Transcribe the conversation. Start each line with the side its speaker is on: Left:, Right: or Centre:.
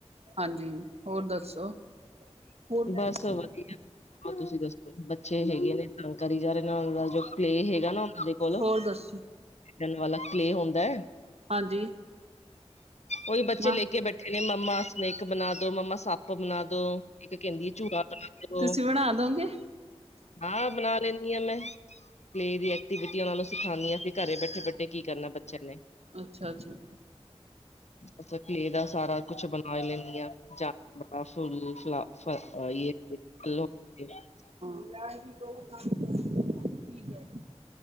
Right: ਹਾਂਜੀ, ਹੋਰ ਦੱਸੋ? ਹੋਰ
Left: ਬਸ ਵਧੀਆ ਹੋਰ ਤੁਸੀਂ ਦੱਸੋ? ਬੱਚੇ ਹੈਗੇ ਨੇ, ਤੰਗ ਕਰੀ ਜਾ ਰਹੇ ਨੇ, ਉਨਾ ਜੋ ਕਲੇ ਹੈਗਾ ਨਾ ਉਨਾ ਦੇ ਕੋਲ
Right: ਹੋਰ ਦੱਸੋ
Left: ਖੇਡਣ ਵਾਲਾ ਕਲੇ ਹੁੰਦਾ।
Right: ਹਾਂਜੀ।
Left: ਉਹੀ ਬੱਚੇ
Right: ਹਾਂ
Left: ਲੈ ਕੇ ਬੈਠੇ ਨੇ ਮੰਮਾ ਸਨੈਕ ਬਣਾ ਦੋ ਮੰਮਾ ਸੱਪ ਪ ਬਣਾਦੋ ਇੱਕ ਕਹਿੰਦੀ ਚੂਹਾ ਬਣਾਦੋ।
Right: ਤੁਸੀਂ ਬਣਾ ਦੋਗੇ
Left: ਹਾਂ ਬਣਾ ਲੈਂਦੀ ਆਂ ਮੈਂ ਕਲੇ ਦੀ ਐਕਟੀਵਿਟੀ ਉਹਨਾ ਨੂੰ ਸਿਖਾਉਂਦੀ ਆਂ ਫ ਘਰੇ ਬੈਠੇ-ਬੈਠੇ ਕੀ ਕਰਨਾ ਬੱਚਿਆਂ ਨੇ
Right: ਅੱਛਾ-ਅੱਛਾ।
Left: ਅਪ ਕਲੇ ਦਾ ਸਾਰਾ ਕੁਛ ਬਣਾ ਲੈਂਨੀ ਆਂ। <unintelligible>
Right: <unintelligible>